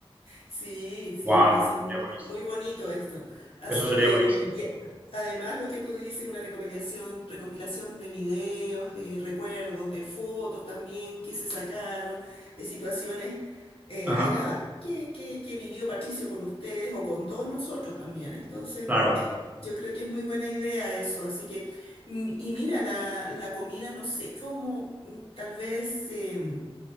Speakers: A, on the left; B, on the right.
A: Sí, sí,
B: ¡Guau!
A: puede ser muy,
B: Sería buenísimo.
A: muy bonito esto. Así
B: Eso sería
A: que,
B: buenísimo.
A: y además lo que tú dices, una recopilación, recopilación de videos, de recuerdos, de fotos también que se sacaron, de situaciones eh,
B: Ajá,
A: agradables que, que, que vivió Patricio con ustedes o con todos nosotros también. Entonces,
B: claro,
A: yo creo que es muy buena idea eso, así que, mm, y mira, la, la comida, no sé cómo, mm, tal vez eh,